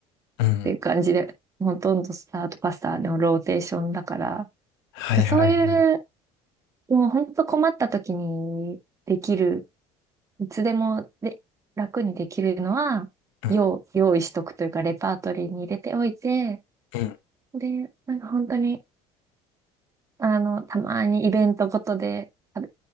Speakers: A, on the left; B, on the right.
A: うん。
B: っていう感じで、ほとんどスタートパスタのローテーションだから、
A: はいはいはい。
B: そういう、もう本当困った時にできる、いつでもで楽にできるのは、
A: うん。
B: 用、用意しとくというか、レパートリーに入れておいて、
A: うん。
B: で、なんか本当に、あの、たまにイベントごとで食べ、